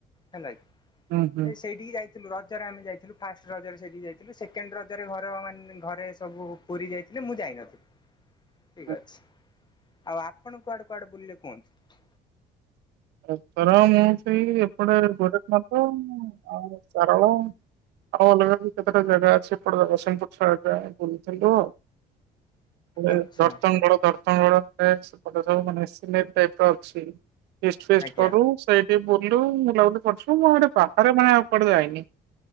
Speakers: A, on the left (about 25°); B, on the right (about 85°).
A: ହେଲା କି
B: ହୁଁ ହୁଁ।
A: ସେଇଠିକି ଯାଇଥିଲୁ ରଜରେ ଆମେ ଯାଇଥିଲୁ ଫାଷ୍ଟ ରଜରେ ସେଇଠିକି ଯାଇଥିଲୁ। ସେକେଣ୍ଡ ରଜରେ ଘର ମାନେ ଘରେ ସବୁ ପୁରୀ ଯାଇଥିଲେ ମୁଁ ଯାଇନଥିଲି।
B: <unintelligible>
A: ଠିଁକ ଅଛି। ଆଉ ଆପଣ କୁଆଡେ କୁଆଡେ ବୁଲିଲେ କୁହନ୍ତୁ?
B: ଏଥର ମୁଁ ସେଇ ଏପଡେ ଗୋଟିଏ ପାଦ ଆଉଁ କାରଣ ଆଉ ଅଲଗା କେତେଟା ଜାଗା ଅଛି ଏପଟେର ଦେଖ ସେଇପଟର ଆଗା ବୁଲୁଥିବ ତାପରେ
A: ଆଚ୍ଛା
B: ଧର୍ତଣଗଡ ଧର୍ତଣଗଡ ପ୍ରାୟ ସେପଟରେ ସବୁ ମାନେ ଭେସିଲେଟ ଟାଇପ ର ଅଛି। ଫିଷ୍ଟି ଫିଷ୍ଟି
A: ଆଜ୍ଞା
B: କରୁ ସେଇଠି ବୁଲୁ ବୁଲାବୁଲି କରୁଛୁ। ମୁଁ ହେଡେ ବାହାରେ ମାନେ କୁଆଡେ ଯାଇନି।